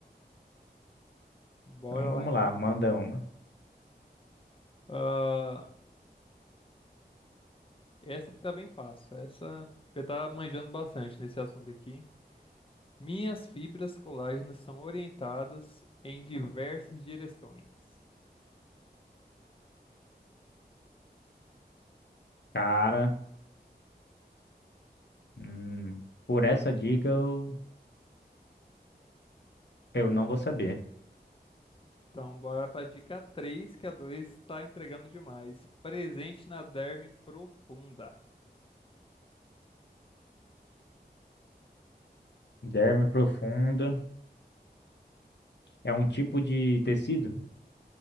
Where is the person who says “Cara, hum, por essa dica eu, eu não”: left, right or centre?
Left